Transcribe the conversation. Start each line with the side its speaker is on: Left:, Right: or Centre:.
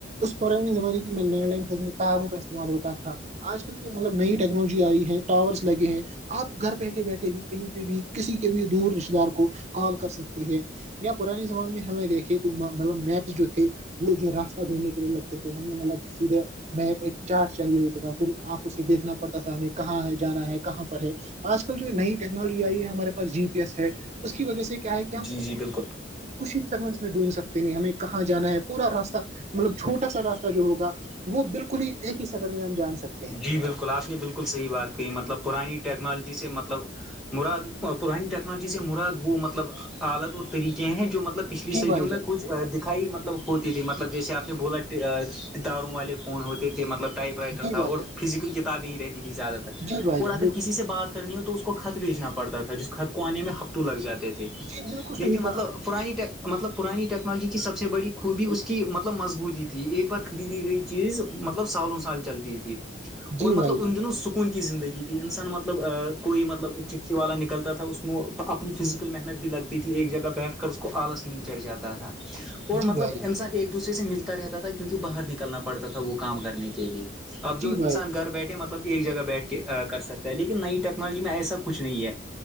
Right: اس پرانے زمانے کی میں لینڈ لائننے تاروں کا استعمال ہوتا تھا آج کل کے مطلب نئی ٹیکنالوجی آئی ہے ٹاورس لگے ہیں آپ گھر بیٹھے بیٹھے ہی کہیں پہ بھی کسی کے بھی دور رشتے دار کو کال کر سکتے ہیں یا پرانے زمانے میں ہمیں دیکھیے تو مطلب میپس جو تھے وہ جو ہے راستہ ڈھونڈنے کے لیے لگتے تھے ہم نے مطلب سیدھے می ایک چارٹ چاہیے ہوتا تھا پھر آنکھ اس سے دیکھنا پڑتا تھا ہمیں کہاں ہے جانا ہے کہاں پر ہے آج کل جو نئی ٹیکنالوجی آئی ہے ہمارے پاس جی پی ایس ہے اس کی وجہ سے کیا ہے کہ ہم
Centre: جی جی بالکل
Right: کچھ <unintelligible> سٹ میں ڈھونڈ سکتے ہیں ہمیں کہاں جانا ہے پورا راستہ مطلب چھوٹا سا راستہ جو ہوگ وہ بالکل ہی ایک ہی سکنڈ میں ہم جان سکتے ہیں
Centre: جی بالکل آپ نے بالکل صحیح بات کہی مطلب پرانی ٹیکنالوجی سے مطلب مراد پرانی ٹیکنالوجی سے مراد وہ مطلب عالت اور طریقے ہیں جو مطلب پچھلی
Right: جی
Centre: سدیوں
Right: بھائی
Centre: میں
Right: جان
Centre: کچھ دکھائی مطلب مطلب ہوتی تھی مطلب جیسے آپ نے بولا تاروں والے فون ہوتے تھے مطلب ٹائپ رائٹر
Right: جی
Centre: اور
Right: بھائی جان
Centre: فیزیکل کتابیں ہی رہتی تھی زیادہ تر
Right: جی بھائی
Centre: اور
Right: جان
Centre: اگر
Right: بالکل
Centre: کسی سے بات کرنی ہو تو اس کو خط بیچنا پڑتا تھا جس خط کو آنے میں ہفتو لگ جاتے تھے
Right: جی بالکل
Centre: لیکن
Right: صحیح کہا
Centre: مطلب پرانی ٹیک مطلب پرانی ٹیکنالوجی کی سب سے بڑی خوبی اس کی مطلب مضبوطی تھی ایک بار خریدی گئی چیز مطلب سالوں سال چلتی تھی
Right: جی
Centre: اور مطلب
Right: بھائی جان
Centre: ان دنوں س کون کی زندگی تھی انسان مطلب کوئی مطلب چٹھی والا نکلتا تھا اس میں اپنی فزیکل محنت بھی لگتی تھی ایک جگہ بیٹھ کر اس کو آلس نہیں چڑھ جاتا تھا اور
Right: جی
Centre: مطلب
Right: بھائی جان
Centre: انسان ایک دوسرے سے ملتا رہتا تھا کیونکہ باہر نکلنا پڑتا تھا وہ کام کرنے کے لیے اب جو
Right: جی
Centre: انسان
Right: بھائی جان
Centre: گھر بیٹھے مطلب ایک جگہ بیٹھ کے کر سکتا ہے لیکن نئی ٹیکنالوجی میں ایسا کچھ نہیں ہے